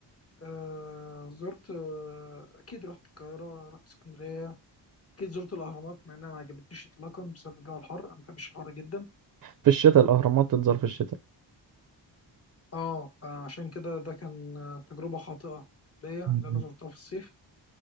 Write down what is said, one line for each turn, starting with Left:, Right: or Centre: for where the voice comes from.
Left: آه زرت آه اكيد رحت القاهره رحت اسكندريه اكيد زرت الاهرامات مع انها ما عجبتنيش اطلاقا بسبب الجو الحر انا ما بحبش الحر جدا
Right: في الشتاء الاهرامات تتزار في الشتاء
Left: اه فعشان كده ده كان آه، تجربه خاطئه ليا
Right: <laughs>
Left: اللي انا
Right: مم.
Left: زرتها في الصيف